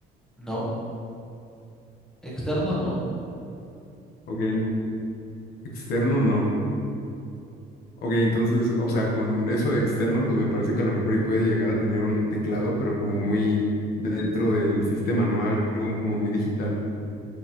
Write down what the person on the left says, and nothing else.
Ok, externo no. Ok, entonces, o sea, con eso de externo, pues me parece que a lo mejor y puede llegar a tener un teclado, pero como muy dentro del sistema, ¿no? Algo como muy digital.